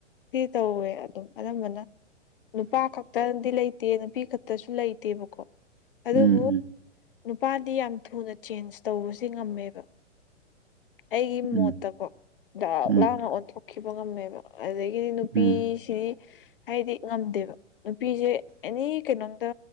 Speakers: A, on the left; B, on the right.
A: ꯤ ꯇꯧꯋꯦ ꯑꯗꯨꯝ ꯑꯅꯝꯕꯅ ꯅꯨꯄꯥ ꯈꯛꯇꯗꯤ ꯂꯩꯇꯦ ꯅꯨꯄꯤ ꯈꯛꯇꯁꯨ ꯂꯩꯇꯦꯕꯀꯣ ꯑꯗꯨꯕꯨ
B: ꯎꯝ ꯎꯝ
A: ꯅꯨꯄꯥꯗꯤ ꯌꯥꯝ ꯊꯨꯅ ꯆꯦꯟꯖ ꯇꯧꯕꯁꯤꯦ ꯉꯝꯃꯦꯕ ꯑꯩꯒꯤ
B: ꯎꯝ
A: ꯃꯣꯠꯇꯀꯣ ꯗꯥꯛ
B: ꯎꯝ
A: ꯂꯥꯡꯅ ꯑꯣꯟꯊꯣꯛꯈꯤꯕ ꯉꯝꯃꯦꯕ ꯑꯗꯒꯤꯗꯤ ꯅꯨꯄꯤꯁꯤꯗꯤ
B: ꯎꯝ
A: ꯍꯥꯏꯗꯤ ꯉꯝꯗꯦꯕ ꯅꯨꯄꯤꯁꯦ ꯑꯦꯅꯤ ꯀꯩꯅꯣꯝꯇ